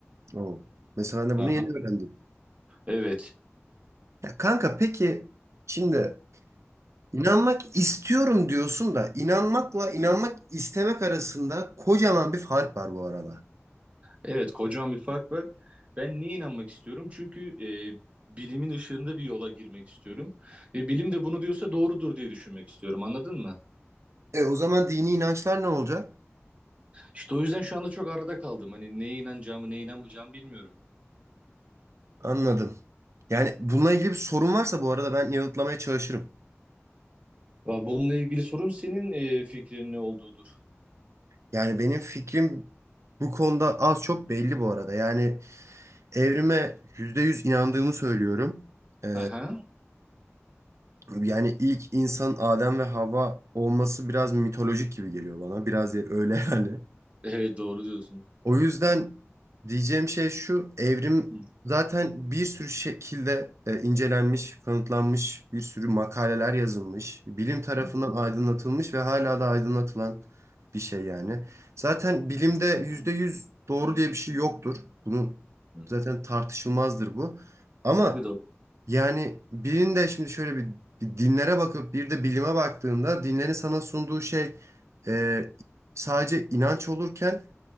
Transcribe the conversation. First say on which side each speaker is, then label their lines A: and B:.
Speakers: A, on the right; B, on the right.
A: O. Mesela ben de
B: Aha.
A: bunu yeni öğrendim.
B: Evet.
A: Ya kanka peki şimdi İnanmak istiyorum diyorsun da inanmakla inanmak istemek arasında kocaman bir fark var bu arada.
B: Evet, kocaman bir fark var. Ben neye inanmak istiyorum? Çünkü e, bilimin ışığında bir yola girmek istiyorum. Ve bilim de bunu diyorsa doğrudur diye düşünmek istiyorum. Anladın mı?
A: E o zaman dini inançlar ne olacak?
B: İşte o yüzden şu anda çok arada kaldım. Hani neye inanacağımı, neye inanmayacağımı bilmiyorum.
A: Anladım. Yani bununla ilgili bir sorun varsa bu arada ben yanıtlamaya çalışırım.
B: Va- Bununla ilgili sorum senin e, fikrin ne olduğudur.
A: Yani benim fikrim bu konuda az çok belli bu arada. Yani evrime %100 inandığımı söylüyorum. E,
B: Aha.
A: yani ilk insan Adem ve Havva olması biraz mitolojik gibi geliyor bana. Biraz öyle yani. <laughs>
B: Evet, doğru diyorsun.
A: O yüzden diyeceğim şey şu, evrim
B: Hı.
A: zaten bir sürü şekilde e, incelenmiş, kanıtlanmış, bir sürü makaleler yazılmış, bilim tarafından
B: Hı hı.
A: aydınlatılmış ve hala da aydınlatılan bir şey yani. Zaten bilimde yüzde yüz doğru diye bir şey yoktur. Bunun
B: hı.
A: zaten tartışılmazdır bu. Ama
B: Tabii doğru.
A: yani birinde şimdi şöyle bir, bir dinlere bakıp bir de bilime baktığında dinlerin sana sunduğu şey e, sadece inanç olurken